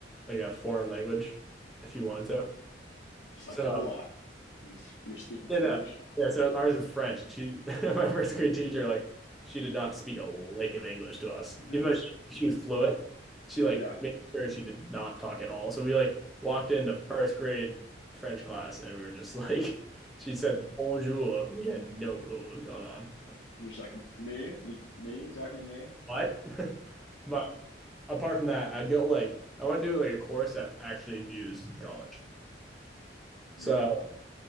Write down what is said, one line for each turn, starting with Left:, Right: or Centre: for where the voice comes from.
Centre: like a foreign language if you wanted to.
Left: It's like
Centre: So
Left: hola, You are speaking
Centre: yeah,
Left: Spanish
Centre: no,
Left: now.
Centre: yeah. So ours is French, and she, <laughs> my first grade teacher, like she did not speak a lick of English to us,
Left: <laughs>
Centre: even though she, she was fluent. She like
Left: yeah, And
Centre: made sure she did not talk at all. So we like walked into first grade French class, and we were just like, <laughs> she said bonjour, and we had no clue what was going on.
Left: you're just like me, you, me, you talking to me?
Centre: what? <laughs> but apart from that, I'd go like I want to do like a course that actually is used in college. So
Left: hmm